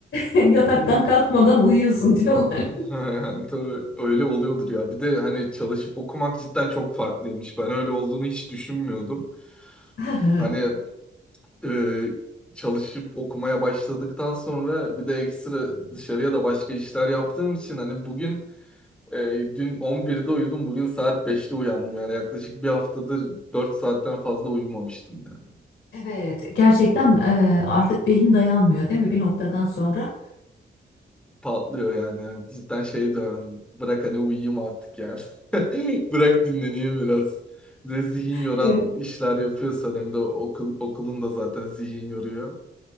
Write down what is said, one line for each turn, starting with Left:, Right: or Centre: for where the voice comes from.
Left: <laughs> yataktan
Centre: <laughs>
Left: kalkmadan uyuyorsun diyorlar.
Centre: <laughs> ha Tabii öyle oluyordur ya. Bir de hani çalışıp okumak cidden çok farklıymış. Ben öyle olduğunu hiç düşünmüyordum.
Left: <laughs>
Centre: Hani e, çalışıp okumaya başladıktan sonra bir de ekstra dışarıya da başka işler yaptığım için hani bugün e, dün 11'de uyudum, bugün saat 5'te uyandım. Yani yaklaşık bir haftadır 4 saatten fazla uyumamıştım yani.
Left: Evet, gerçekten e, artık beyin dayanmıyor değil mi bir noktadan sonra?
Centre: Patlıyor yani. Evet, cidden şey dönem. Bırak hani uyuyayım artık yani. <laughs> Bırak dinleneyim biraz. Bir de zihin yoran
Left: Evet.
Centre: işler yapıyorsan hem de okul, okulun da zaten zihin yoruyor.